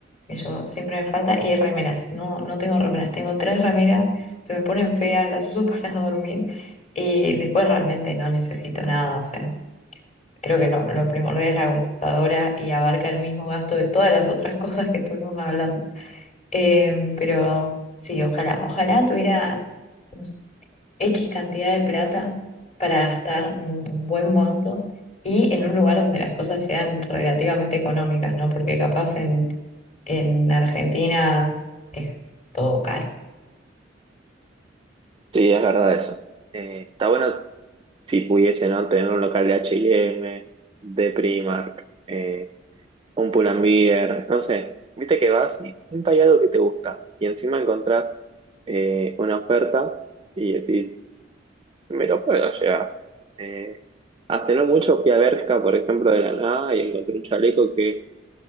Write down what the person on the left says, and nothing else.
eso siempre me falta, y remeras. No, no tengo remeras, tengo tres remeras, se me ponen feas, las uso <laughs> para dormir y después realmente no necesito nada, o sea. Creo que lo, lo primordial es la computadora y abarca el mismo gasto de todas las otras <laughs> cosas que estuvimos hablando. Eh, pero sí, ojalá, ojalá tuviera, no sé, X cantidad de plata para gastar un, un buen monto y en un lugar donde las cosas sean relativamente económicas, ¿no? Porque capaz en, en Argentina es todo caro.